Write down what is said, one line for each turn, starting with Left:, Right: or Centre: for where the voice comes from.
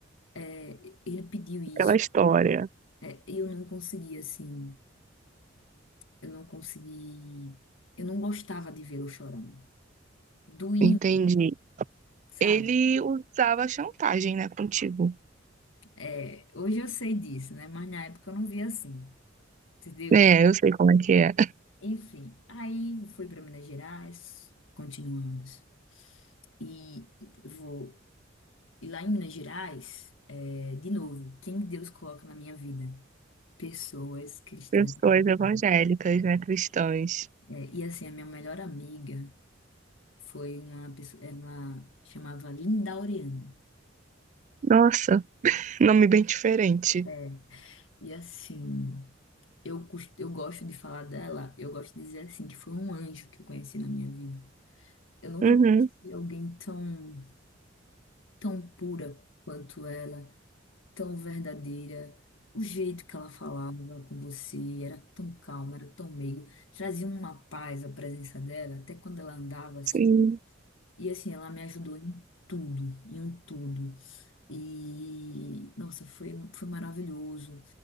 Left: é, ele pediu isso,
Right: aquela história.
Left: é, eu não conseguia, assim, eu não consegui, eu não gostava de vê-lo chorando. Doía
Right: Entendi.
Left: sabe?
Right: Ele usava chantagem, né, contigo.
Left: É, hoje eu sei disso, né? Mas na época eu não via assim, entendeu?
Right: É, eu sei como é que é. <laughs>
Left: Enfim, aí fui para Minas Gerais, continuamos. E eu vou e lá em Minas Gerais, é, de novo, quem Deus coloca na minha vida? Pessoas cristãs.
Right: Pessoas
Left: evangélicas.
Right: evangélicas, né, cristãs.
Left: É, e assim, a minha melhor amiga foi uma pessoa, ela chamava Linda Oriano.
Right: Nossa, nome bem diferente.
Left: É, e assim, eu, cust- eu gosto de falar dela, eu gosto de dizer assim, que foi um anjo que eu conheci na minha vida. Eu nunca
Right: Uhum.
Left: conheci alguém tão, tão pura quanto ela, tão verdadeira. O jeito que ela falava com você era tão calma, era tão meiga. Trazia uma paz a presença dela, até quando ela andava assim.
Right: Sim.
Left: E assim, ela me ajudou em tudo, em um tudo. E, nossa, foi, foi maravilhoso.